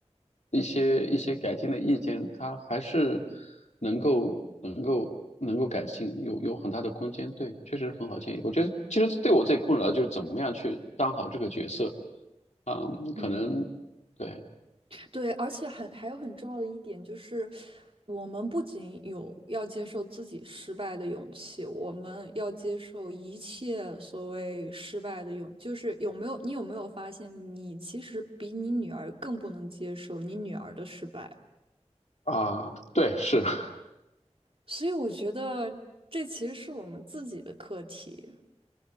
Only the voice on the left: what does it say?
一些一些改进的意见，他还是能够能够能够改进，有有很大的空间。对，确实是很好建议。我觉得其实对我最困扰就是怎么样去当好这个角色嗯，可能对
啊，对，是 <laughs>